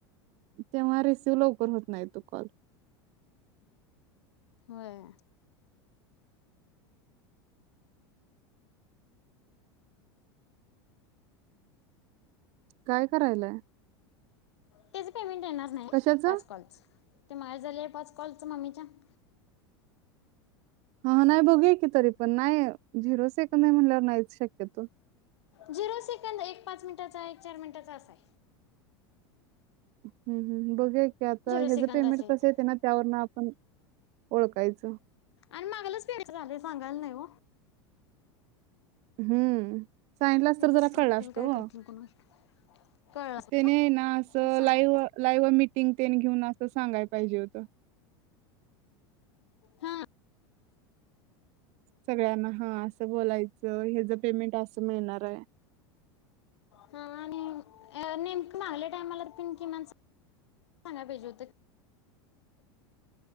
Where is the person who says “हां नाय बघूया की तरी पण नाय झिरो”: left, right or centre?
Right